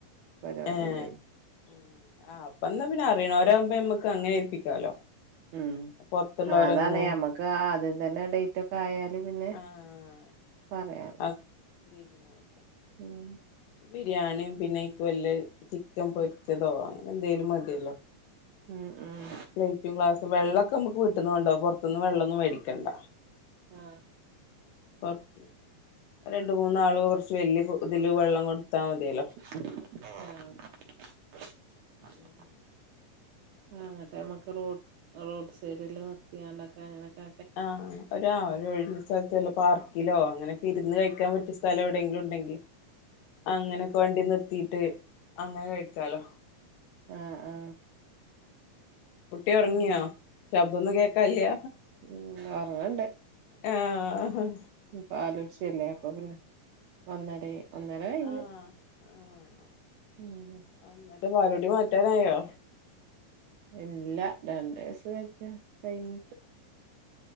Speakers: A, on the right; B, on the left.
A: പരിപാടി
B: ഏഹ്
A: ഉണ്ടായ്നു.
B: ഉം ആഹ് അപ്പൊ എന്നാ പിന്നെ അറിണോലാവുമ്പം നമ്മക്ക് അങ്ങനെ ഏൽപ്പിക്കാലോ.
A: ഉം
B: പുറത്തുള്ളവരൊന്നും
A: ആഹ് അതാണ് ഞമ്മക്ക് ആ ആദ്യം തന്നെ ഡേറ്റ് ഒക്കെ ആയാല് പിന്നെ
B: ആഹ്
A: പറയാലോ
B: അത് തീരുമാനിക്കാം
A: ഉം
B: ബിരിയാണിം പിന്നൈക്ക് വല്ല ചിക്കൻ പൊരിച്ചതോ അങ്ങനെ എന്തേലും മതിയല്ലോ.
A: ഉം ഉം
B: പ്ലേറ്റും ഗ്ലാസും വെള്ളൊക്കെ നമ്മക്ക് വീട്ടിന്ന് കൊണ്ടോവാ പുറത്തിന്ന് വെള്ളൊന്നും മേടിക്കണ്ട.
A: ആഹ്
B: ഇപ്പം അത് രണ്ട് മൂന്നാള് കുറച്ച് വലിയ ഇതില് വെള്ളം കൊടുത്താൽ മതിയല്ലോ.
A: ആഹ്
B: <inaudible>
A: ആ എന്നിട്ട് നമ്മക്ക് റോഡ് റോഡ് സൈഡിൽ നിർത്തിയാണ്ടൊക്കെ അങ്ങനൊക്കെ
B: ആഹ് ഒരാ ഒഴിഞ്ഞ സ്ഥലത്തുള്ള പാർക്കിലോ അങ്ങനൊക്കെ ഇരുന്ന് കഴിക്കാൻ പറ്റിയ സ്ഥലം എവിടെങ്കിലും ഉണ്ടെങ്കിൽ അങ്ങനൊക്കെ വണ്ടി നിർത്തിട്ട് അങ്ങനെ കഴിക്കാലോ
A: ആ ആ
B: കുട്ടി ഉറങ്ങിയോ
A: ഉം
B: ശബ്ദൊന്നും കേക്കാല്യ
A: ഉം ഒറങ്ങണ്ടേ
B: ആ
A: പാലുക്ഷയല്ലേ അപ്പൊ പിന്നെ വന്നതെ ഒന്നര കഴിഞ്ഞു
B: ആഹ് ആഹ്
A: ഉം
B: എന്നിട്ട് പാലൂടി മാറ്റാനായോ
A: ഇല്ല രണ്ട് വയസ് കഴിഞ്ഞിട്ട്